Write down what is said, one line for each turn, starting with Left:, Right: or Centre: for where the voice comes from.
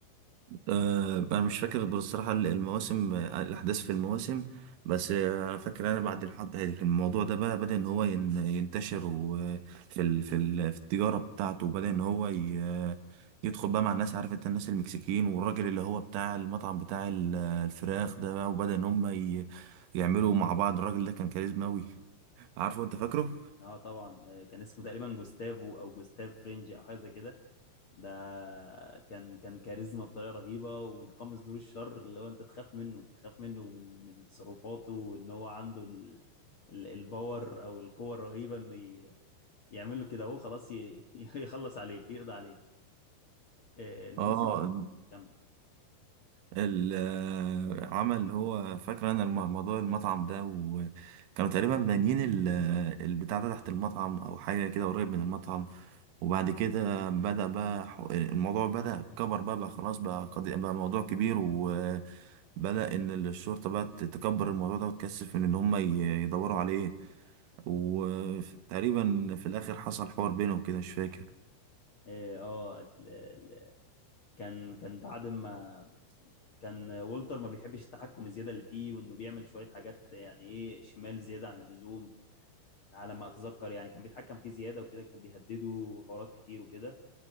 Right: آه، انا مش فاكر بصراحه المواسم آه، الاحداث في المواسم بس آه، انا فاكر انا بعد الحد... الموضوع ده بقى بدا ان هو ين- ينتشر وفي ال... في ال... في التجاره بتاعته وبدا ان هو ي... يدخل بقى مع الناس عارف انت الناس المكسيكيين والراجل اللي هو بتاع المطعم بتاع ال- الفراخ ده بقى وبدا ان هم ي... يعملوا مع بعض الراجل ده كان كاريزما قوي عارفه انت فاكره
Left: اه طبعا آه، كان اسمه تقريبا جوستافو او جوستاف فرنج او حاجه زي كده ده كان كان كاريزما بطريقه رهيبه ومتقمص دور الشر اللي هو انت تخاف منه تخاف منه من من تصرفاته وان هو عنده ال... ال... الباور او القوه الرهيبه انه ي... يعمل له كده هو خلاص ي... <laughs> يخلص عليه يقضي عليه آه، الموسم
Right: اه
Left: ال- كم
Right: العمل اللي هو فاكر انا الم- موضوع المطعم ده وكانوا تقريبا بانيين ال- البتاع ده تحت المطعم او حاجه كده قريب من المطعم وبعد كده بدأ بقى ح- الموضوع بدأ كبر بقى, بقى خلاص بقى قضية بقى موضوع كبير وبدأ ان الشرطه بقى تكبر الموضوع ده وتكثف من ان هم ي- يدوروا عليه وتقريبا في الاخر حصل حوار بينهم كده مش فاكر
Left: اه آه، ال- ال- كان كان بعد ما كان والتر ما بيحبش التحكم الزياده اللي فيه وانه بيعمل شويه حاجات يعني ايه شمال زياده عن اللزوم على ما اتذكر يعني كان بيتحكم فيه زياده وكده كان بيهدده حوارات كتير وكده